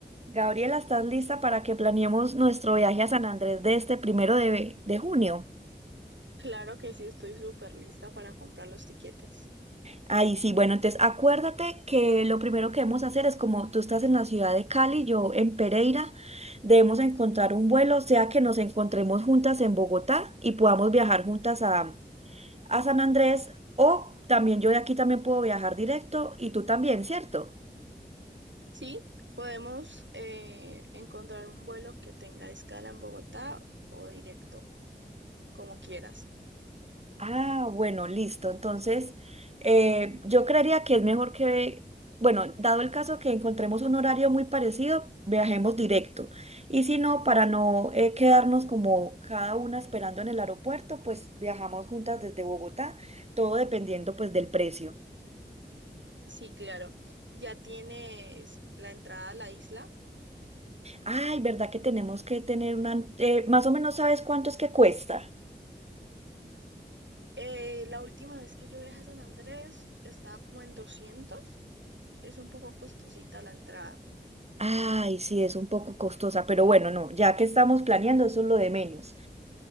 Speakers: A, on the right; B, on the right.
A: Gabriela, ¿estás lista para que planeemos nuestro viaje a San Andrés de este primero de, de junio?
B: Claro que sí, estoy súper lista para comprar los tiquetes.
A: Ahí sí, bueno, entonces acuérdate que lo primero que debemos hacer es como tú estás en la ciudad de Cali, yo en Pereira, debemos encontrar un vuelo, sea que nos encontremos juntas en Bogotá y podamos viajar juntas a, a San Andrés, o también yo de aquí también puedo viajar directo y tú también, ¿cierto?
B: Sí, podemos eh, encontrar un vuelo que tenga escala en Bogotá o directo, como quieras.
A: Ah, bueno, listo. Entonces, eh, yo creería que es mejor que, bueno, dado el caso que encontremos un horario muy parecido, viajemos directo. Y si no, para no eh, quedarnos como cada una esperando en el aeropuerto, pues viajamos juntas desde Bogotá, todo dependiendo pues del precio.
B: Sí, claro. Ya tienes la entrada a la isla.
A: Ay, ¿verdad que tenemos que tener una, eh, más o menos sabes cuánto es que cuesta?
B: Eh, la última vez que yo viajé a San Andrés estaba como en 200. Es un poco costosita la entrada.
A: Ay, sí, es un poco costosa, pero bueno, no, ya que estamos planeando, eso es lo de menos.